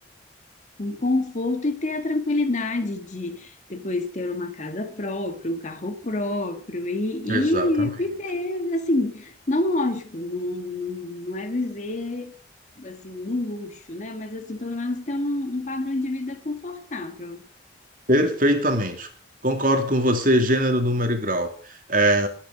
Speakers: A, on the left; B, on the right.
A: um conforto e ter a tranquilidade de depois ter uma casa própria, um carro próprio e,
B: Exatamente.
A: e viver, assim, não lógico, não, não, não é viver, assim, no luxo, né? Mas, assim, pelo menos ter um, um padrão de vida confortável. <laughs>
B: Perfeitamente. Concordo com você, gênero, número e grau. É,